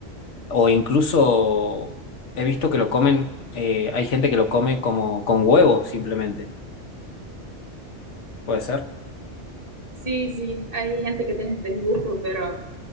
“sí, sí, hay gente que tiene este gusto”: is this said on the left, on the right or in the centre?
Right